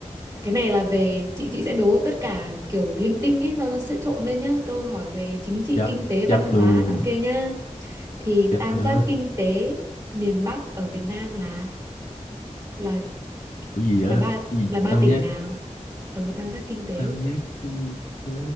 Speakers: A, on the right; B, on the left.
A: cái này là về chị chị sẽ đố tất cả kiểu linh tinh ấy nó nó sẽ trộn lên nhá. Câu hỏi về chính trị,
B: chấp
A: kinh tế, văn
B: chấp
A: hóa
B: luôn.
A: nọ kia nhá. Thì
B: Chấp
A: tam
B: hết.
A: giác kinh tế miền Bắc ở Việt Nam là là
B: Ủa gì vậy?
A: là ba
B: Gì
A: là ba
B: tam
A: tỉnh
B: giác
A: nào? Ừ, tam giác kinh tế.
B: tam giác kinh tế